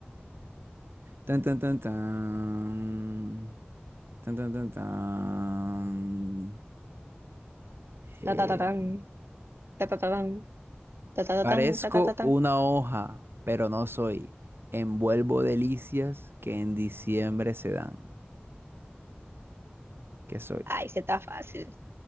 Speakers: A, on the right (about 70°); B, on the right (about 85°).
A: Tan, tan, tan, tan. Tan, tan, tan, tan. Eh,
B: ta ta ta tan, ta ta ta tan, ta ta ta
A: parezco
B: tan, ta ta ta
A: una
B: tan.
A: hoja, pero no soy. Envuelvo delicias que en diciembre se dan. ¿Qué soy?
B: Ay, se está fácil.